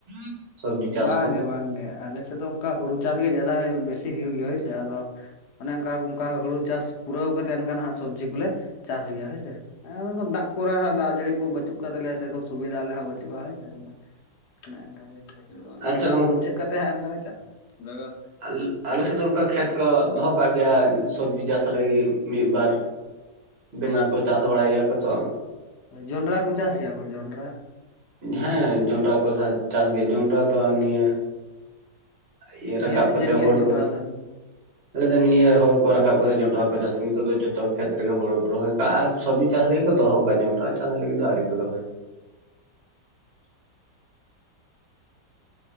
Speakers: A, on the right; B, on the left.
A: <inaudible>
B: ᱵᱟᱝᱜᱮ
A: ᱠᱚ
B: ᱵᱟᱝᱜᱮ ᱟᱞᱮ ᱥᱮᱫ ᱫᱚ ᱚᱱᱠᱟ ᱦᱩᱲᱩ ᱪᱟᱥ ᱜᱮ ᱡᱟᱫᱟ ᱵᱮᱥᱤ ᱦᱩᱭᱩᱜ ᱜᱮᱭᱟ ᱦᱳᱭᱥᱮ ᱟᱫᱚ ᱚᱱᱮ ᱚᱱᱠᱟ ᱚᱱᱠᱟ ᱦᱩᱲᱩ ᱪᱟᱥ ᱯᱩᱨᱟᱹᱣ ᱠᱟᱛᱮᱜ ᱮᱱᱠᱷᱟᱱ ᱦᱟᱸᱜ ᱥᱚᱵᱽᱡᱤ ᱠᱚᱞᱮ ᱪᱟᱥ ᱜᱮᱭᱟ ᱦᱳᱸᱥᱮ᱾ ᱫᱟᱜ ᱠᱚᱨᱮ ᱦᱟᱸᱜ ᱫᱟᱜ ᱡᱟᱹᱲᱤ ᱠᱚ ᱵᱟᱹᱪᱩᱜ ᱠᱟᱜ ᱛᱟᱞᱮᱭᱟ ᱥᱮᱨᱚᱠᱚᱢ ᱥᱩᱵᱤᱫᱟ ᱟᱞᱮ ᱦᱚᱸ ᱵᱟᱹᱪᱩᱜᱼᱟ ᱦᱳᱭ ᱥᱮ ᱟᱫᱚ <inaudible>
A: ᱟᱪᱪᱷᱟ
B: ᱚᱱᱟ ᱠᱚ ᱢᱩᱪᱟᱹᱫ ᱠᱟᱛᱮᱫ ᱦᱟᱸᱜ ᱮᱱᱠᱟᱞᱮ ᱪᱟᱥ᱾ ᱞᱟᱜᱟ
A: ᱟᱞ ᱟᱞᱮ ᱥᱮᱫ ᱫᱚ ᱚᱱᱠᱟ ᱠᱷᱮᱛ ᱠᱚ ᱫᱚᱦᱚ ᱠᱟᱜ ᱜᱮᱭᱟ ᱥᱚᱵᱽᱡᱤ ᱪᱟᱥ ᱞᱟᱹᱜᱤᱫ᱾ ᱢᱤᱫ ᱵᱟᱨ ᱵᱮᱝᱜᱟᱲ
B: ᱦᱳᱭ ᱦᱳᱭ
A: ᱠᱚ ᱪᱟᱥ ᱵᱟᱲᱟᱭ ᱜᱮᱭᱟ ᱠᱚᱛᱚ᱾
B: ᱡᱚᱱᱰᱨᱟ ᱠᱚ ᱪᱟᱥ ᱜᱮᱭᱟ ᱯᱮ ᱡᱚᱱᱰᱨᱟ?
A: ᱦᱮᱸ ᱡᱚᱱᱰᱨᱟ ᱠᱚ ᱥᱟ ᱪᱟᱥ ᱜᱮᱭᱟ ᱡᱚᱸᱰᱨᱟ ᱫᱚ ᱱᱤᱭᱟᱹ ᱤᱭᱟᱹ ᱨᱟᱠᱟᱵ
B: ᱱᱤᱭᱟᱹ ᱥᱤᱡᱤᱱ
A: ᱠᱟᱛᱮᱜ
B: ᱜᱮ
A: ᱦᱩᱲᱩ
B: ᱦᱟᱸᱜ ᱡᱚᱱᱰᱨᱟ
A: ᱠᱚ᱾
B: ᱫᱚ <inaudible>
A: ᱟᱞᱮ ᱫᱚ ᱱᱤᱭᱟᱹ ᱦᱳᱲᱳ ᱠᱚ ᱨᱟᱠᱟᱵ ᱠᱟᱛᱮᱜ ᱡᱚᱱᱰᱨᱟ ᱠᱚ ᱪᱟᱥᱟ ᱱᱤᱛᱚᱜ ᱫᱚ ᱡᱚᱛᱚ ᱠᱷᱮᱛ ᱨᱮᱜᱮ ᱦᱳᱲᱳ ᱠᱚ ᱨᱚᱦᱚᱭ ᱠᱟᱜᱼᱟ᱾ ᱥᱚᱵᱽᱡᱤ ᱪᱟᱥ ᱞᱟᱹᱜᱤᱫ ᱠᱚ ᱫᱚᱦᱚ ᱠᱟᱜ-ᱟ ᱡᱚᱱᱰᱨᱟ ᱪᱟᱥ ᱞᱟᱹᱜᱤᱫ ᱫᱚ ᱟᱣᱨᱤ ᱠᱚ ᱫᱚᱦᱚᱭᱟ᱾